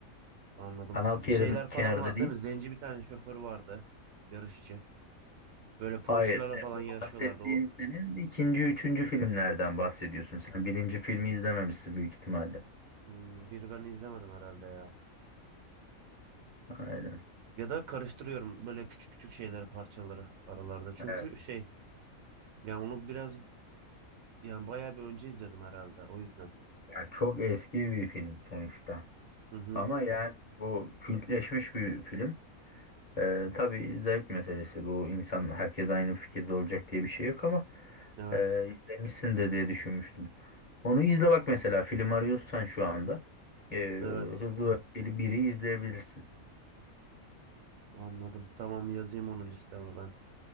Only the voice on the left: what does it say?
Kanal kenarı-
kenarında
değil.
Hayır, e,
bu
bahsettiğin
senin ikinci, üçüncü filmlerden bahsediyorsun. Sen birinci filmi izlememişsin büyük ihtimalle.
Aynen.
Evet.
Yani çok eski bir film sonuçta.
Ama yani bu kültleşmiş bir film. Ee, tabii zevk meselesi bu insan herkes aynı fikirde olacak diye bir şey yok ama
e, izlemişsindir diye düşünmüştüm. Onu izle bak mesela film arıyorsan şu anda e,
Hızlı ve Öfkeli 1'i izleyebilirsin.